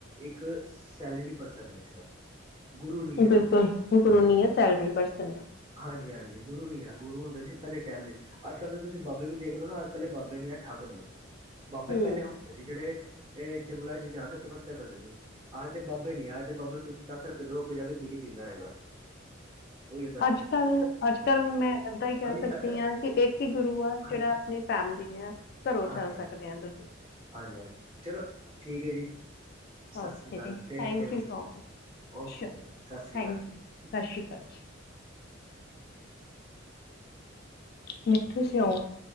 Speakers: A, on the right; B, on the left.
A: ਇੱਕ ਸੈਲਰੀ ਪਰਸਨ ਹੈ ਸਿਰਫ ਗੁਰੂ ਨੀ ਐ।
B: ਬਿਲਕੁਲ ਗੁਰੂ ਨੀ ਹੈ, ਸੈਲਰੀ ਪਰਸਨ ਹੈ।
A: ਹਾਂਜੀ -ਹਾਂਜੀ, ਗੁਰੂ ਨੀ ਹੈ ਗੁਰੂ ਹੁੰਦੇ ਸੀ ਪਹਿਲੇ ਟਾਈਮ ਦੇ ਅੱਜ ਕੱਲ ਤਾਂ, ਤੁਸੀਂ ਬਾਬੇ ਵੀ ਦੇਖ ਲੋ ਨਾ ਅੱਜ ਕੱਲ ਦੇ ਬਾਬੇ ਨੀ ਆਠ ਨੇ ਬਾਬੇ
B: ਹੂੰ।
A: ਪਹਿਲੇ ਹੁੰਦੇ ਸੀ ਜਿਹੜੇ ਇਹ ਜੰਗਲਾਂ ਚ ਜਾ ਕੇ ਤਪੱਸਿਆ ਕਰਦੇ ਸੀ, ਅੱਜ ਦੇ ਬਾਬੇ ਨੀ ਅੱਜ ਦੇ ਬਾਬੇ ਨੂੰ ਤੁਸੀਂ ਦਸ ਰੁਪਏ ਦੋ ਅੱਗੇ ਜਾ ਕੇ ਬੀੜੀ ਪੀੰਦਾ ਹੈਗਾ, ਉਹ ਜਦੋਂ
B: ਅੱਜ -ਕੱਲ, ਅੱਜ ਕੱਲ੍ਹ ਮੈਂ ਇੱਦਾਂ ਹੀ ਕਹਿ
A: ਹਾਂਜੀ
B: ਸਕਦੀ
A: ਅੱਛਾ
B: ਹਾਂ ਕਿ ਇੱਕ ਹੀ ਗੁਰੂ ਆ
A: ਹਾਂਜੀ
B: ਜਿਹੜਾ ਆਪਣੀ ਫੈਮਿਲੀ ਘਰੋਂ
A: ਹਾਂਜੀ
B: ਚੱਲ ਸਕਦੇ ਆ, ਤੁਸੀਂ
A: ਹਾਂਜੀ, ਚਲੋ ਠੀਕ ਹੈ ਜੀ ਸਤਿ
B: ਓਕੇ
A: ਸ਼੍ਰੀ ਅਕਾਲ,
B: ਜੀ
A: ਫਿਰ
B: thank
A: ਫੇਰ
B: you so much.
A: Okay.
B: Sure
A: ਸਤਿ ਸ਼੍ਰੀ
B: ਥੈਂਕ
A: ਅਕਾਲ ਜੀ।
B: ਯੂ ਸਤਿ ਸ਼੍ਰੀ ਅਕਾਲ ਜੀ ਮਿੱਠੇ, ਸਿਉਂਠ